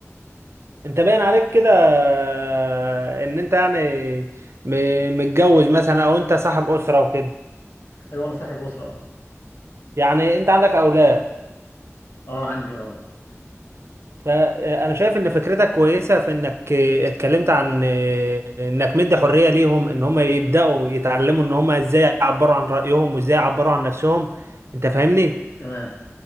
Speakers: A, on the right (about 60°); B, on the left (about 50°).
A: انت باين عليك كده آه، ان انت يعني م- متجوز مثلا او انت صاحب أسرة وكده
B: ايوه انا صاحب اسره اه
A: يعني انت عندك اولاد
B: آه، عندي اه
A: فانا شايف ان فكرتك كويسة في انك آه، اتكلمت عن آه، انك مدي حرية ليهم ان هم يبدأوا يتعلموا ان هم ازاي يعبروا عن رأيهم وازاي يعبروا عن نفسهم انت فاهمني
B: تمام